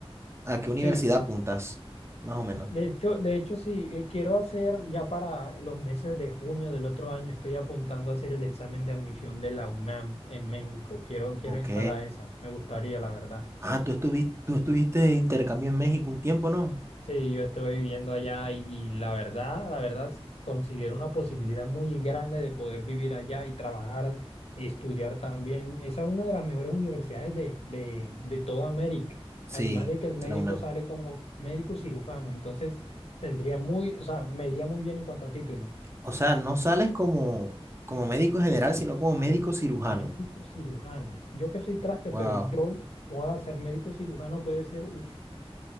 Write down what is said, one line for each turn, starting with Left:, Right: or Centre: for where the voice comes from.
Right: a qué universidad
Left: sí,
Right: apuntas, más o menos.
Left: De hecho, de hecho, sí, eh, quiero hacer ya para los meses de junio del otro año, estoy apuntando a hacer el examen de admisión de la UNAM en México. Quiero, quiero
Right: Ok.
Left: entrar a esa, me gustaría, la verdad.
Right: Ah, tú estuviste, tú estuviste de intercambio en México un tiempo, ¿no?
Left: Sí, yo estuve viviendo allá y, y la verdad, la verdad, s- considero una posibilidad muy grande de poder vivir allá y trabajar y estudiar también. Esa es una de las mejores universidades de, de, de toda América. Además
Right: Sí,
Left: de que el médico
Right: la UNAM.
Left: sale como médico cirujano, entonces tendría muy, o sea, me iría muy bien en cuanto a título.
Right: O sea, no sales como, como médico general, sino como
Left: No,
Right: médico cirujano.
Left: médico cirujano. Yo que soy traste,
Right: Wow.
Left: pero yo, a ser médico cirujano puede ser, uff,